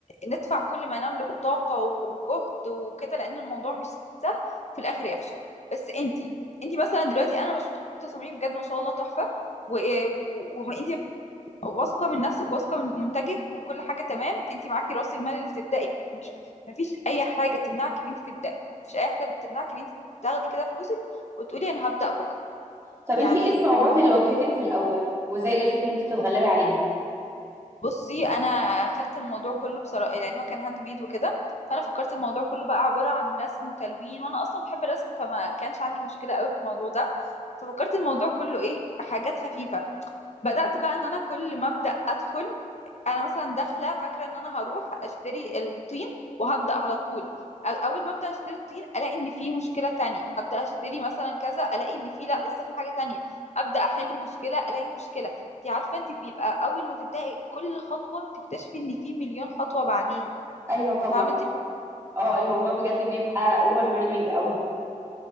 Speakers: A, on the left; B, on the right.
A: ندفع كل ما نملك طاقة وجهد وكده لأن الموضوع مش سهل في الآخر يفشل بس أنتي أنتي مثلا دلوقتي أنا بشوف تصاميم بجد ما شاء الله تحفة و- آه، و- وأنتي واثقة من نفسك واثقة من منتجك وكل حاجة تمام أنتي معاكي رأس المال اللي تبدأي بيه مفيش أي حاجة تمنعك إن أنتي تبدأي مفيش أي حاجة تمنعك إن أنتي تاخدي كده فلوسك وتقولي أنا هبدأ بكرة
B: طب
A: يعني
B: انت ايه الصعوبات اللي واجهتك في الاول وازاي قدرتي ان انت تتغلبي عليها
A: بصي انا خدت الموضوع كله بصراحه لانه كان هاند ميد وكده فانا فكرت الموضوع كله بقى عباره عن رسم وتلوين وانا اصلا بحب الرسم فما كانش عندي مشكله قوي في الموضوع ده ففكرت الموضوع كله ايه حاجات خفيفه بدأت بقى ان انا كل ما ابدأ ادخل انا مثلا داخله فاكره ان انا هروح اشتري الطين وهبدأ على طول أو- اول ما ابدأ اشتري الطين الاقي ان في مشكله تانية ابدأ اشتري مثلا كذا الاقي ان في لا لسه في حاجه تانية ابدأ احل مشكله الاقي مشكله انت عارفه انت بيبقى اول ما تبدأي كل خطوه بتكتشفي ان في مليون خطوه بعديها
B: ايوه طبعا
A: فاهمه انت
B: اه الموضوع بجد بيبقى اوفر ويلمنج قوي